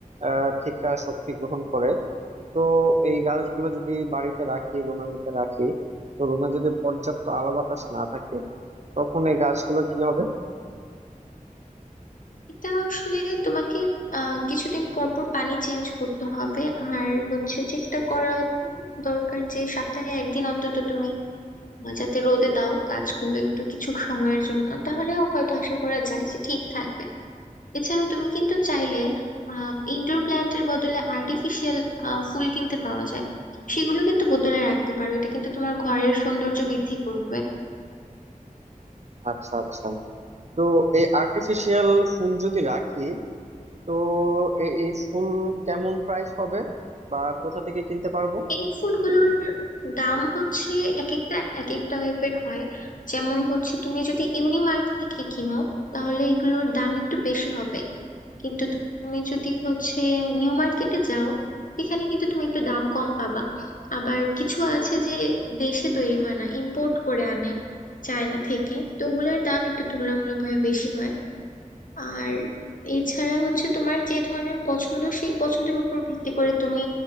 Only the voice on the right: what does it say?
আহ থেকে শক্তি গ্রহণ করে তো এই গাছগুলো যদি বাড়িতে রাখি রুমের মধ্যে রাখি তো রুমে যদি পর্যাপ্ত আলো বাতাস না থাকে তখন এই গাছগুলো কি হবে
আচ্ছা আচ্ছা তো এই আর্টিফিশিয়াল ফুল যদি রাখি তো এ- এই ফুল কেমন প্রাইস হবে বা কোথা থেকে কিনতে পারবো